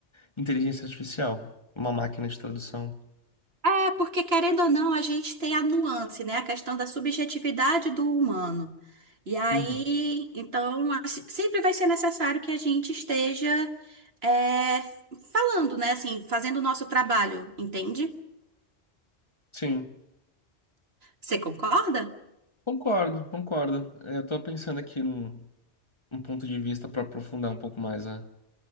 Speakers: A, on the left; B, on the right.
A: Inteligência artificial, uma máquina de tradução.
B: É, porque querendo ou não, a gente tem a nuance, né? A questão da subjetividade do humano. E aí,
A: Uhum.
B: então, a- se- sempre vai ser necessário que a gente esteja é, falando, né? Assim, fazendo o nosso trabalho, entende?
A: Sim,
B: Você concorda?
A: concordo, concordo. É, Eu tô pensando aqui num, um ponto de vista para aprofundar um pouco mais a,